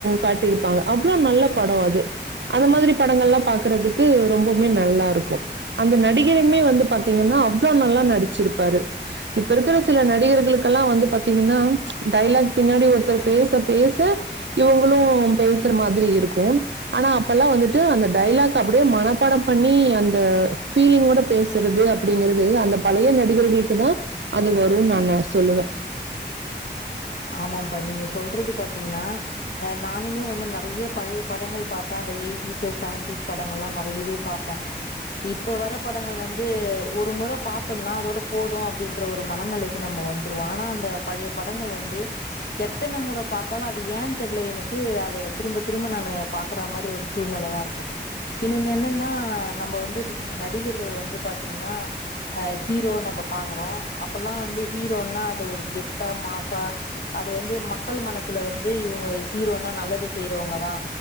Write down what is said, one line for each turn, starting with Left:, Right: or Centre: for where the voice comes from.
Right: காட்டிருப்பாங்க அவ்ளோ நல்ல படோ அது அந்த மாதிரி படங்கள்லா பாக்குறதுக்கு ரொம்பவுமே நல்லா இருக்கு அந்த நடிகருமே வந்து பாத்தீங்கன்னா அவ்ளோ நல்லா நடிச்சுருப்பாரு இப்ப இருக்குற சில நடிகர்களுக்கெல்லா வந்து பாத்தீங்கன்னா டைலாக் பின்னாடி ஒருத்தர் பேச பேச இவுங்களு பேசுற மாதிரி இருக்கு ஆனா அப்பல்லா வந்துட்டு அந்த டைலாக் அப்டியே மனப்பாடோ பண்ணி அந்த ஃபீலிங்கோட பேசுறது அப்டிங்கறது அந்த பழய நடிகர்களுக்கு தா அது வருன் நானு சொல்லுவே
Left: ஆமாப்பா நீங்க சொல்றது பாத்தீங்ன்னா அ நானுமே வந்து நறைய பழைய படங்கள் பாப்பே அந்த எயிட்டிஸ்சு செவன்டிஸ் படங்கள்லா நெறயவே பாப்பே இப்ப வர படங்கள் வந்து ஒரு முற பாத்தோம்னா அதோட போது அப்டின்ற ஒரு மனநெலை க்கு நம்ப வந்துருவோ ஆனா அந்த பழைய படங்கள் வந்து எத்தன முற பாத்தாலு அது ஏன் தெர்ல எனக்கு அத திரும்ப திரும்ப நானு பா க்ற மாரி ஒரு சூழ்நெலதா இருக்கு இன்னொன்னு என்னன்னா நம்ப வந்து நடிகர்கள் வந்து பாத்தீங்ன்னா அ ஹீரோ நம்ப பாக்குறோ அப்பல்லா வந்து ஹீரோன்னா அது ஒரு கெத்தா மாசா அது வந்து மக்கள் மனசுல வந்து இவுங்க ஹீரோனா நல்லது செய்றோங்கதா